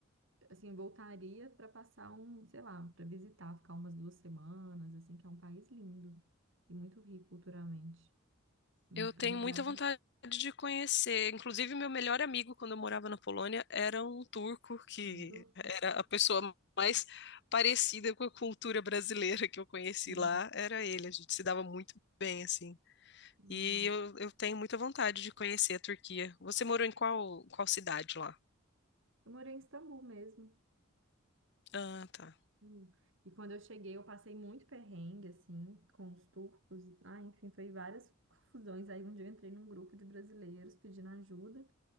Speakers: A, on the right; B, on the left.
A: assim, voltaria para passar um, sei lá, para visitar, ficar umas duas semanas, assim, que é um país lindo e muito rico culturalmente. Mas
B: eu
A: para
B: tenho
A: morar,
B: muita vontade de conhecer. Inclusive, meu melhor amigo, quando eu morava na Polônia, era um turco que
A: eu não tô.
B: era a pessoa mais parecida com a cultura brasileira que eu conheci
A: Sim,
B: lá. Era ele, a gente se dava muito bem, assim.
A: legal.
B: E eu, eu tenho muita vontade de conhecer a Turquia. Você morou em qual, qual cidade lá?
A: Eu morei em Istambul mesmo.
B: Ah, tá.
A: Hum. E quando eu cheguei, eu passei muito perrengue, assim, com os turcos. Ah, enfim, foi várias <laughs> confusões. Aí um dia eu entrei num grupo de brasileiros pedindo ajuda.